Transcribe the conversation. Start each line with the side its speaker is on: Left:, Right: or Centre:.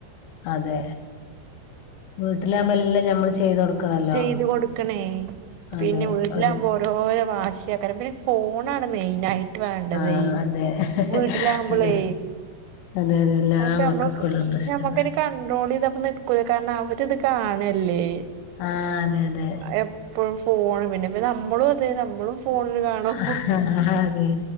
Left: അതെ വീട്ടിലാകുമ്പോ
Right: ഉം
Left: എല്ലാം ഞമ്മള് ചെയ്ത് കൊടുക്കണല്ലോ
Right: ചെയ്ത് കൊടുക്കണേ പിന്നെ
Left: അതെ
Right: വീട്ടിലാ
Left: ഒരു
Right: ബോ ഓരോരോ വാശിയൊക്കെ പിന്ന ഫോൺആണ് മെയിൻ ആയിട്ട് വേണ്ടതെ
Left: ആ അതെ
Right: വീട്ടിലാകുമ്പോളേ
Left: അതെ അതെ അതെ എല്ലാ
Right: അപ്പ നമ്മളൊക്കെ
Left: മക്കൾക്കുള്ള പ്രശ്നങ്ങളാ
Right: ഞമ്മക്ക കണ്ട്രോൾ ചെയ്തപ്പോ നിക്കല കാരണം അവരി ഇത് കാണല്ലേ
Left: ആ അതെ അതെ
Right: എപ്പോഴും ഫോണ് പിന്നെ നമ്മളുംഅതെ നമ്മളും ഫോണിൽ കാണോ
Left: അതെ